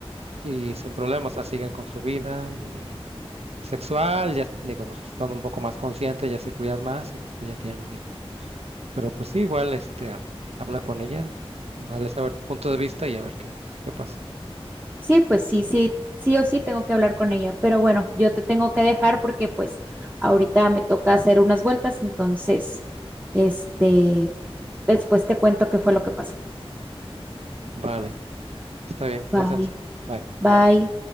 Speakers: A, on the right; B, on the right.
A: y sin problemas, o sea, siguen con su vida y sexual, ya, digo, pues, son un poco más conscientes, ya se cuidan más y después ya tienen un hijo. Pero pues sí, igual, este, ah, habla con ella, dale saber tu punto de vista y a ver qué, qué pasa.
B: Sí, pues sí, sí, sí o sí tengo que hablar con ella, pero bueno, yo te tengo que dejar porque pues ahorita me toca hacer unas vueltas, entonces, este, después te cuento qué fue lo que pasó.
A: Vale, está bien,
B: Bye,
A: gracias. Bye.
B: bye.